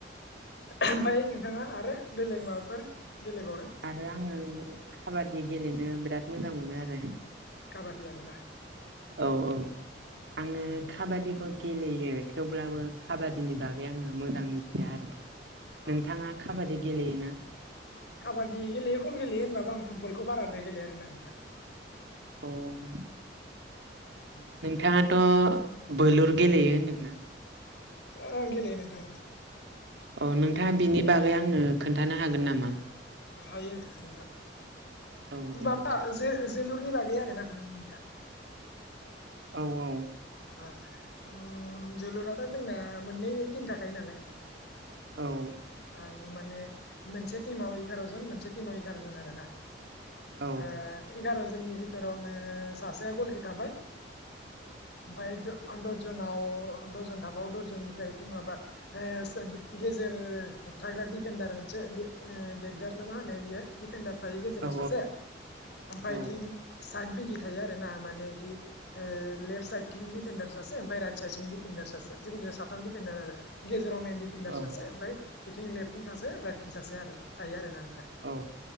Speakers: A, on the left (about 65°); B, on the right (about 70°).
A: ओमफ्राय नोंथाङा आरो बेलेग माबाफोर गेलेबावदों
B: आरो आङो काबादि गेलेनो बिराद मोजां मोनो आरो
A: काबादि आरोना।
B: औ औ आङो
A: उम
B: काबादिखौ गेलेयो थेवब्लाबो काबादिनि बागै आङो मोजां मिथिया आरो। नोंथाङा
A: ओ
B: काबादि गेलेयोना?
A: काबादि गेलेयो खम गेलेयो होनबाबो आं फुटबलखौ बाराद्राय गेलेयो आरो ना नोंथां।
B: अ'।
A: उम
B: नोंथाङाथ' बोलुर गेलेयो होनदोंना?
A: आं गेलेयो नोंथां।
B: अ नोंथाङा बिनि बागै आंनो खोन्थानो हागोन नामा?
A: हायो नोंथां।
B: औ दे
A: माबा
B: नोंसै
A: जो जोलुरनि बागै आरोना नोंथां।
B: औ औ।
A: आ ओम जोलुरा दा जोंना मोननै टिम थाखायो नालाय
B: औ।
A: ओं माने मोनसे टिमाव एगार' जन मोनसे टिमाव एगार' जन आरोना।
B: औ
A: ओ एगार' जननि बिथोरावनो सासेया गलखि थाबाय ओफाय द आन दजनाव दजन थाबाव दजननिफ्रा इथिं माबा ओ गेजेर होब थाग्रा दिडिफेडार मोनसे बे ओ बेगदार ना मा होनो इयो डिफेडार थायो गेजेराव
B: औ
A: सासे ओमफाय
B: औ
A: इथिं साइद बिगि थायो आरो ना माने इथि ओ लेफट साइडथिं दिफेनडार सासे ओमफाय राइट साइडथिं डिफेन्डार सासे सासे जिखिनु‌ जाया साथाम दिफेन्दार‌ आरो‌ गे जेराव मेन डिफेन्डार
B: औ
A: सासे ओमफाय इथिं लेफ्टथिं सासे राइटथिं सासे आरो थायो आरोना
B: औ